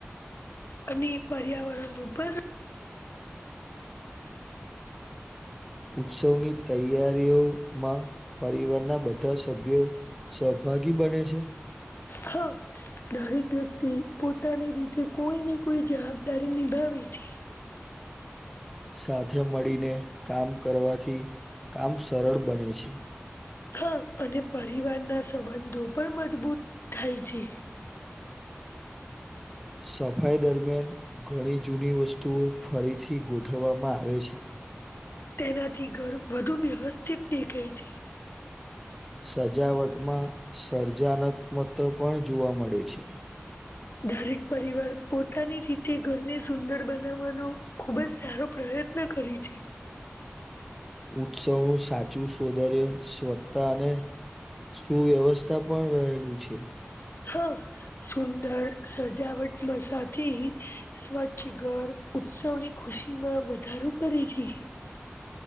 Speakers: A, on the left; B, in the centre.
A: અને પર્યાવરણ ઉપર
B: ઉત્સવની તૈયારીઓમાં પરિવારના બધા સભ્યો સહભાગી બને છે.
A: હ દરેક વ્યક્તિ પોતાની રીતે કોઈ ને કોઈ જવાબદારી નિભાવે છે.
B: સાથે મળીને કામ કરવાથી કામ સરળ બને છે.
A: હા અને પરિવાર ના સંબંધો પણ મજબૂત થાય છે.
B: સફાઈ દરમિયાન ઘણી જૂની વસ્તુઓ ફરીથી ગોઠવવામાં આવે.
A: તેનાથી ઘર વધુ વ્યવસ્થિત દેખાય છે.
B: સજાવટમાં સર્જનાત્મક જોવા મળે છે.
A: દરેક પરિવાર પોતાની રીતે ઘરને સુંદર બનાવવાનો ખુબ જ સારો પ્રયત્ન કરે છે.
B: ઉત્સવનું સાચું સૌદર્ય સ્વતા અને સુ વ્યવસ્થા પણ રહેલું છે.
A: હા સુંદર સજાવટ મસાથી સ્વચ્છ ઘર ઉત્સવની ખુશી માં વધારો કરે છે.